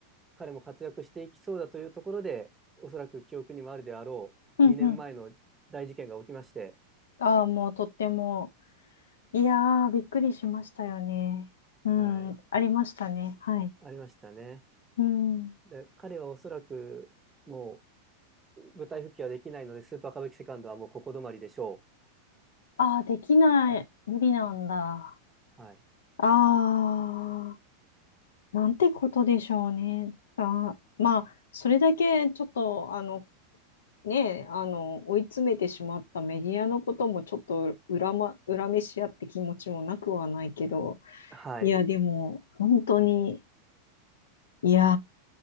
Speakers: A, on the right (about 15°); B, on the left (about 80°).
A: 彼も活躍していきそうだというところで、おそらく記憶にもあるであろう2年前の大事件が起きまして、
B: うんうん。ああ、もうとっても。いやー、びっくりしましたよね。うん。
A: はい、
B: ありましたね。はい。
A: ありましたね。
B: うん。
A: で、彼はおそらくもう舞台復帰はできないので、スーパー歌舞伎セカンドはもうここ止まりでしょう。
B: ああ、できない。無理なんだ。
A: はい。
B: ああ、なんてことでしょうね。あー、まあ、それだけちょっと、あの、ねえ、あの、追い詰めてしまったメディアのこともちょっと恨ま、恨めし合って気持ちもなくはないけど、
A: はい。
B: いや、でも、本当に、いや